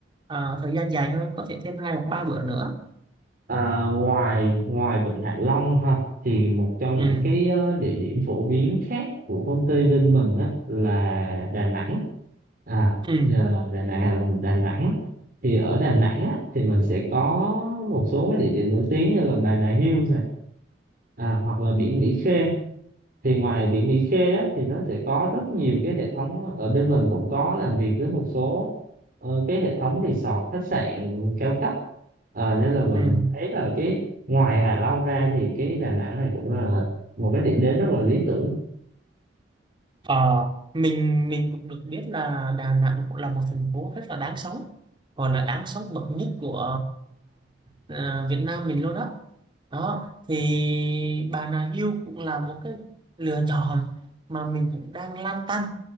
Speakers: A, on the right; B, on the right.
A: à, thời gian dài hơn có thể thêm hai hoặc ba bữa nữa
B: À, ngoài ngoài Vịnh Hạ Long ha thì một trong
A: Ừ,
B: những cái ờ, địa điểm phổ biến khác của công ty bên mình á là Đà Nẵng à
A: ừ,
B: giờ Đà Nẵng Đà Nẵng thì ở Đà Nẵng á thì mình sẽ có một số cái địa điểm nổi tiếng như là Bà Nà Hills này à, hoặc là biển Mỹ Khê thì ngoài biển Mỹ Khê á, thì nó sẽ có rất nhiều cái hệ thống ở bên mình cũng có làm việc với một số ờ, cái hệ thống resort khách sạn cao cấp Ờ, nên là mình
A: ừ.
B: thấy là cái ngoài Hạ Long ra thì cái Đà Nẵng này cũng là một cái điểm đến rất là lý tưởng
A: Ờ, mình mình cũng được biết là Đà Nẵng cũng là một thành phố rất là đáng sống còn là đáng sống bậc nhất của ờ, Việt Nam mình luôn đó đó thì Bà Nà Hills cũng là một cái lựa chọn mà mình cũng đang lăn tăn